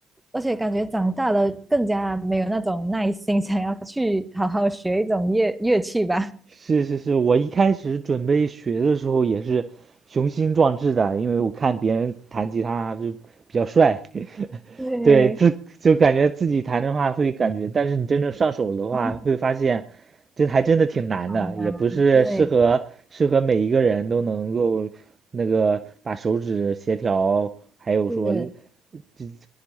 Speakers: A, in the centre; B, on the right.
A: 而且感觉长大了更加没有那种耐心，想要去好好学一种乐乐器吧。
B: 是是是，我一开始准备学的时候也是雄心壮志的，因为我看别人弹吉他就比较帅，<laughs>
A: 对，
B: 对，自就感觉自己弹的话会感觉，但是你真正上手的话，
A: <laughs>
B: 会发现这还真的挺难的，
A: 好难，
B: 也不是适合适合每一个人都能够那个把手指协调，
A: 对，
B: 还有说
A: 是。
B: 这